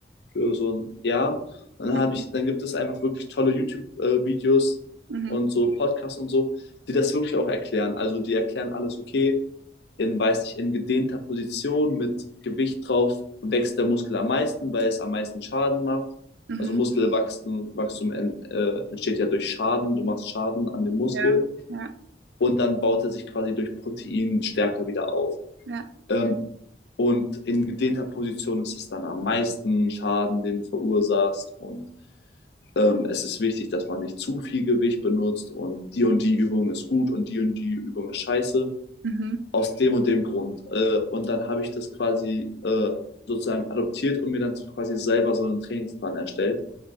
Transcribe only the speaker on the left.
für so ein Jahr. dann
habe ich, dann gibt es einfach wirklich tolle YouTube-Videos
und so Podcasts und so, die das wirklich auch erklären. Also die erklären alles okay in, weiß nicht, in gedehnter Position mit Gewicht drauf wächst der Muskel am meisten, weil es am meisten Schaden macht.
Also Muskelwachstum Wachstum, en, äh, entsteht ja durch Schaden. Du machst Schaden an dem Muskel
und dann baut er sich quasi durch Protein stärker wieder auf.
Ähm, und in gedehnter Position ist es dann am meisten Schaden, den du verursachst. Und ähm, es ist wichtig, dass man nicht zu viel Gewicht benutzt und die und die Übung ist gut und die und die Übung ist scheiße
aus dem und dem Grund. Äh, und dann habe ich das quasi äh, sozusagen adoptiert und mir dann quasi selber so einen Trainingsplan erstellt.